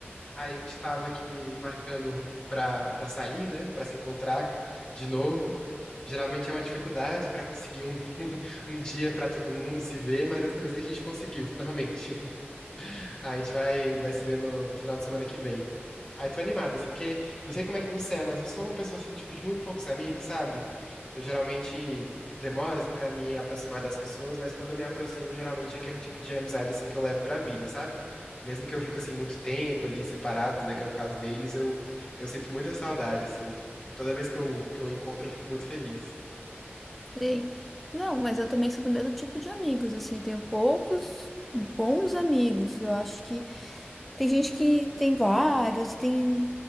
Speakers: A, on the left (about 25°); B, in the centre.
A: Aí a gente tava aqui marcando pra, pra sair, né? Pra se encontrar de novo. Geralmente é uma dificuldade pra conseguir um, <laughs> um dia pra todo mundo se ver, mas dessa vez a gente conseguiu, finalmente. A gente vai, vai se ver no, no final de semana que vem. Ai, tô animado, assim, porque não sei como é que você é, mas eu sou uma pessoa, assim, tipo, de muito poucos amigos, sabe? Eu geralmente demoro, assim, pra me aproximar das pessoas, mas quando eu me aproximo, geralmente é aquele tipo de amizade, assim, que eu levo pra vida, sabe? Mesmo que eu fique, assim, muito tempo ali separado, né, que é o caso deles, eu, eu sinto muita saudade, assim. Toda vez que eu, que eu encontro, eu fico muito feliz.
B: Sei. Não, mas eu também sou do mesmo tipo de amigos, assim, tenho poucos bons amigos. Eu acho que tem gente que tem vários, tem